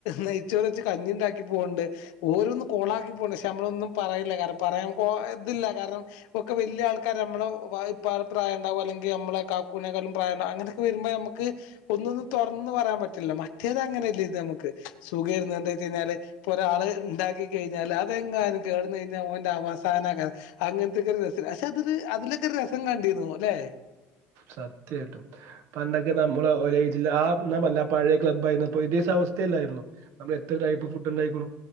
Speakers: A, on the left; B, on the right.
A: നെയച്ചോറ് വച്ച് കഞ്ഞി ഇണ്ടാക്കി പോവ്ണ്ട് ഓരോന്നും കോളാക്കിപ്പോവ്ണ് പക്ഷേ നമ്മളൊന്നും പറയല്ലെ കാരണം പറയാൻ കൊ ഇതില്ല കാരണം ഒക്കെ വെല്ല്യ ആൾക്കാരാ അമ്മളെ വായി ഇപ്പാടെ പ്രായണ്ടാവും അല്ലെങ്കി അമ്മളെ കാക്കൂനെക്കാട്ലും പ്രായണ്ടാവും അങ്ങനെ വെരുമ്പ ഞമ്മക്ക് ഒന്നൊന്ന്‌ തൊറ് ന്ന് പറയാൻ പറ്റില്ല മറ്റേത് അങ്ങനെയല്ലേര്ന്ന് ഞമ്മക്ക് സുഖേര്ന്ന് എന്തേച്ചെയ്ഞ്ഞാല് ഇപ്പൊ ഒരാള് ഇണ്ടാക്കി കഴിഞ്ഞാല് അതെങ്ങാനും കേടന്ന് കഴിഞ്ഞാ ഓന്റെ അവസാനേക്കാ അങ്ങത്തെക്കെ ഒരു രസം പക്ഷെ അതൊരു അതിലൊക്കെ ഒരു രസം കണ്ടീരുന്നുല്ലെ
B: സത്യായിട്ടും പണ്ടൊക്കെ നമ്മള് ഒരേ ഏജില് ആ <unintelligible> പഴേ ക്ലബ്ബ് ആയിരന്നപ്പോ ഇതേ സമസ്തയല്ലായിരുന്നോ നമ്മളെ എത്ര ടൈപ്പ് ഫുഡ് ഇണ്ടായിക്ക്ണു